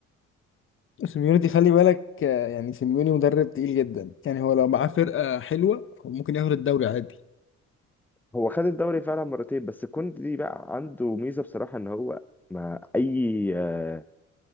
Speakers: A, on the left (about 45°); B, in the centre.
A: سيميوني دي خلي بالك آه، يعني سيميوني مدرب تقيل جدا يعني هو لو معاه فرقه حلوه هو ممكن ياخد الدوري عادي
B: هو خد الدوري فعلا مرتين بس كونتي بقى عنده ميزة بصراحة إن هو مع أي آه...